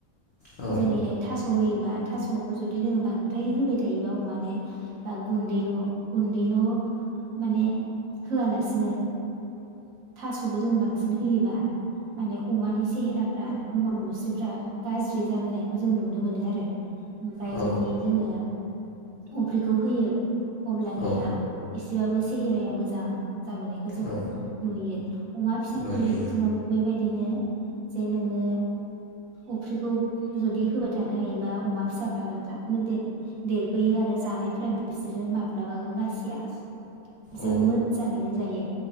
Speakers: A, on the left (about 70°); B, on the right (about 65°).
A: औ
B: जेरैहाय था स होयोबा थासखौ जुदि जोङो बांद्राय होबाय थायोबा अमानो बा गुन्दैल गुन्दैल माने होआलासिनो थासखौ जों बां सिन होयोबा माने अमानि सेहेरा फ्रा, महर मुस्रिफ्रा गाज्रि जाबोनायखौ जों नुनो मोनो आरो। ओमफ्राय
A: औ
B: जुदि जोङो अफ्रिखौ होयो अब्लानिया
A: औ
B: एसेबाबो सेहेराया मोजां जाबोनायखौ जों
A: औ
B: नुयो। अमा फिसाफोरनि
A: नुयो
B: बिथिङावबो बे बेबायदिनो जे नोङो अफ्रिखौ जुदि होबाय थानो हायोबा अमा फिसाफ्राबो थाबनो देरो देरबोयो आरो जानायफोरा बिसोरो माब्लाबाबो बासिया बिसोर
A: औ
B: मोजाङैनो जायो